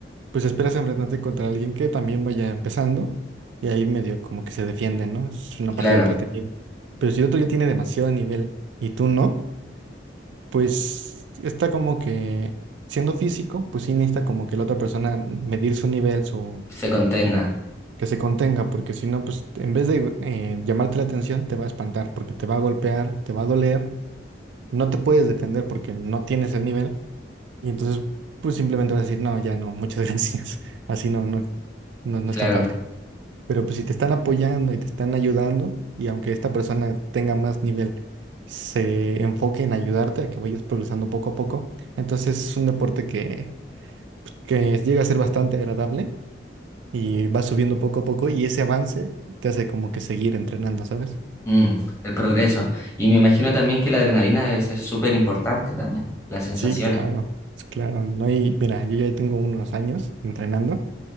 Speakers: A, on the right; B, on the left.
A: pues esperas enfrentarte contra alguien que también vaya empezando y ahí medio como que se defiende, ¿no? Es una
B: claro.
A: partida entretenida. Pero si otro ya tiene demasiado nivel y tú no, pues está como que siendo físico, pues sí necesita como que la otra persona medir su nivel, su
B: Se contenga.
A: que se contenga, porque si no, pues en vez de eh, llamarte la atención, te va a espantar, porque te va a golpear, te va a doler, no te puedes defender porque no tienes el nivel, y entonces pues simplemente vas a decir, no, ya no, muchas <laughs> gracias, así no, no, no, no
B: Claro.
A: está padre. Pero pues si te están apoyando y te están ayudando, y aunque esta persona tenga más nivel, se enfoque en ayudarte a que vayas progresando poco a poco, entonces es un deporte que, que llega a ser bastante agradable y va subiendo poco a poco y ese avance te hace como que seguir entrenando, ¿sabes?
B: Mm, el progreso. Y me imagino también que la adrenalina debe ser súper importante también, las sensaciones.
A: Sí, claro, claro. No hay, mira, yo ya tengo unos años entrenando